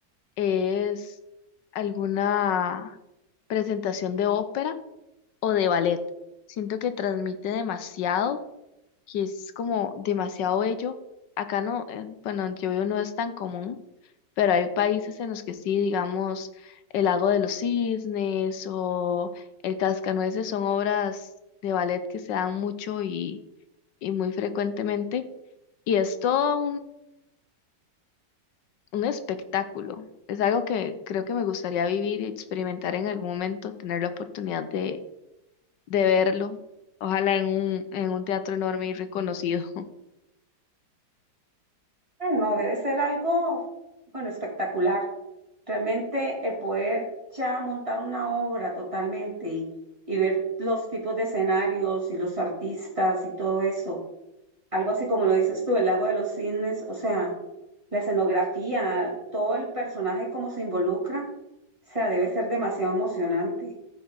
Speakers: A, on the left (about 70°); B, on the right (about 15°).
A: es alguna presentación de ópera o de ballet. Siento que transmite demasiado, que es como demasiado bello. Acá no, eh, bueno, yo vivo no es tan común, pero hay países en los que sí, digamos, el Lago de los Cisnes o el Cascanueces son obras de ballet que se dan mucho y, y muy frecuentemente. Y es todo un espectáculo. Es algo que creo que me gustaría vivir y experimentar en algún momento, tener la oportunidad de, de verlo. Ojalá en un, en un teatro enorme y reconocido. <laughs>
B: Ah, No, debe ser algo, bueno, espectacular. Realmente el poder ya montar una obra totalmente y, y ver los tipos de escenarios y los artistas y todo eso, algo así como lo dices tú, el lago de los cisnes, o sea, la escenografía, todo el personaje como se involucra, o sea, debe ser demasiado emocionante,